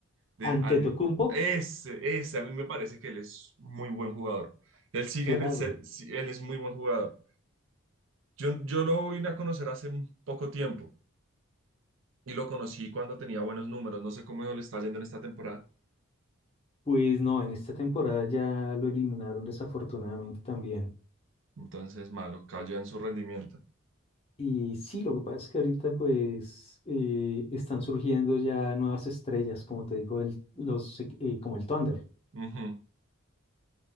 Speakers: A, on the right; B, on the left.
A: de
B: Antetokounmpo,
A: An ese, ese, a mí me parece que él es muy buen jugador. Él sigue
B: Claro,
A: en el ser, sí, él es muy buen jugador. Yo, yo lo vine a conocer hace un poco tiempo y lo conocí cuando tenía buenos números. No sé cómo le está yendo en esta temporada.
B: pues no, en esta temporada ya lo eliminaron desafortunadamente también.
A: Entonces, malo, cayó en su rendimiento.
B: Y sí, lo que pasa es que ahorita pues eh, están surgiendo ya nuevas estrellas, como te digo, el, los, equ- eh, como el Thunder.
A: Ujú.